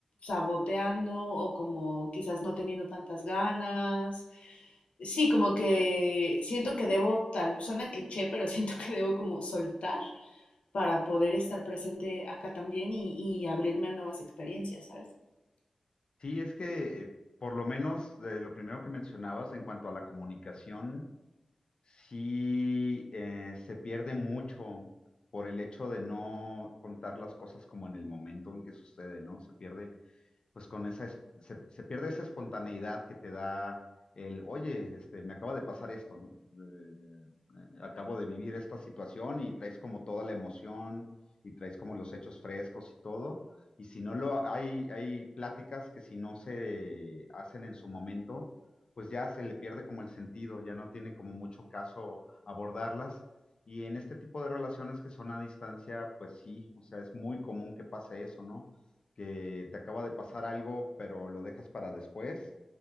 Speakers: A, on the left; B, on the left.
A: saboteando o como quizás no teniendo tantas ganas. Sí, como que siento que debo, tal, suena cliché, pero <laughs> siento que debo como soltar para poder estar presente acá también y, y abrirme a nuevas experiencias, ¿sabes?
B: Sí, es que eh, por lo menos de lo primero que mencionabas en cuanto a la comunicación, sí eh, se pierde mucho por el hecho de no contar las cosas como en el momento en que sucede, ¿no? Se pierde pues con esa, es- se, se pierde esa espontaneidad que te da el, oye, este, me acaba de pasar esto, ¿no? Eh, eh, acabo de vivir esta situación y traes como toda la emoción y traes como los hechos frescos y todo. Y si no lo, hay, hay pláticas que si no se hacen en su momento, pues ya se le pierde como el sentido, ya no tiene como mucho caso abordarlas. Y en este tipo de relaciones que son a distancia, pues sí, o sea, es muy común que pase eso, ¿no? que te acaba de pasar algo, pero lo dejas para después.